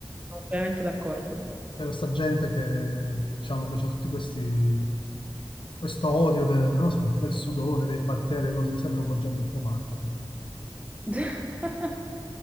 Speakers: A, on the right; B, on the left.
A: Sono veramente d'accordo.
B: C'è questa gente che, diciamo, che c'ha tutti questi, questo odio de- non so, del sudore, dei batteri, cose. Mi sembra un po' gente un po' matta poi.
A: <laughs>